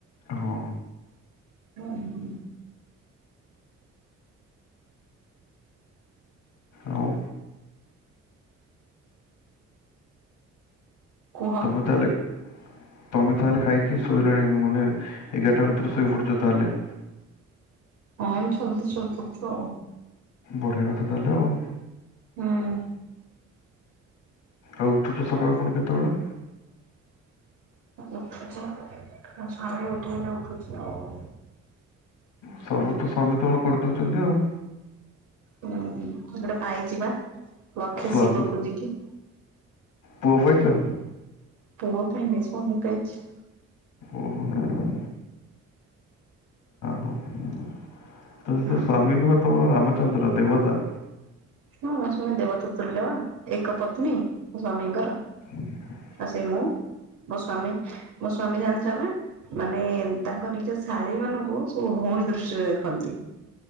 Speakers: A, on the left; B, on the right.
A: ହଁ।
B: ଉଁ ହୁଁ।
A: ଆଉ
B: କୁହ
A: ତମେ ତାହଲେ ତମେ ତାହେଲେ ଖାଇକି ଶୋଇଲଣି ମାନେ ଏଗାରଟା ଭିତରେ ଶୋଇ ପଡୁଚ ତାହେଲେ।
B: ହଁ ଆମେ ଜଲ୍ଦୀ ଶୋଇପଡୁଚୁ ଆଉ।
A: ବଢିଆ କଥା ତାହେଲେ ଆଉ।
B: ହୁଁ।
A: ଆଉ ଉଠୁଚ ସକାଳୁ ପୁଣି କେତେବେଳେ?
B: ଉଠୁଚି ସ୍ୱାମୀ ଉଠେଇଲେ ଉଠୁଚି ଆଉ।
A: ସବୁ ତ ସ୍ୱାମୀ ତମର କରିଦୋଉଚନ୍ତି ଆଉ।
B: ହୁଁ ଗୋଟେ ପାଇଚି ପା ଲକ୍ଷେ
A: ସ୍ୱାମୀ
B: ଶିବ ପୂଜିକି।
A: ପୁଅ ପାଇଚ।
B: ପୁଅ ପାଇନି ସ୍ୱାମୀ ପାଇଚି।
A: ଓହୋ ଯାହା ଯୋଉ। ତ ତୋ ସ୍ଵାମୀ
B: ହୁଁ
A: ନୁହଁ ତମ ରାମଚନ୍ଦ୍ର ଦେବତା।
B: ହଁ ମୋ ସ୍ୱାମୀ ଦେବତା ତୁଲ୍ୟ ଏକ ପତ୍ନୀ ମୋ ସ୍ଵାମୀଙ୍କର।
A: <inaudible>
B: କିଏ ମୁଁ ମୋ ସ୍ଵାମୀ ମୋ ସ୍ଵାମୀ ଜାଣିଚ ନାଁ ମାନେ ତାଙ୍କ ନିଜ ଶାଳୀ ମାନଙ୍କୁ ସବୁ ଭଉଣୀ ଦୃଷ୍ଟିରେ ଦେଖନ୍ତି।